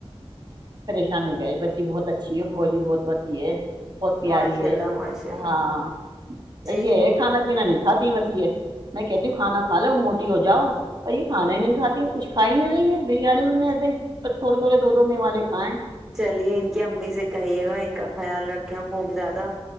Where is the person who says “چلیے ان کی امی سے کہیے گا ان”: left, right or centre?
Centre